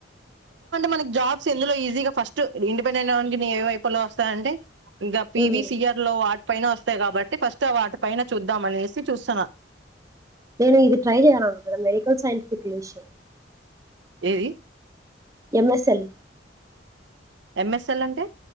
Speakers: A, on the right; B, on the right.
A: మనకి జాబ్స్ ఎందులో ఈజీగా ఫస్ట్ ఇండిపెండెంట్ అవనికి న ఏ వైపులో వస్తాన అంటే ఇంకా పివి
B: ఉమ్
A: సిఆర్ లో పైన వస్తాయ్ కాబట్టి ఫస్ట్ వాటి పైన చూద్దామ్ అనేసి చూస్తున్నా
B: నేను ఇది ట్రై చేయాలద మెడికల్ సైంటిఫిక్ ఏషన్
A: ఏది
B: ఎంఎస్ఎల్
A: ఎంఎస్ఎల్ అంటే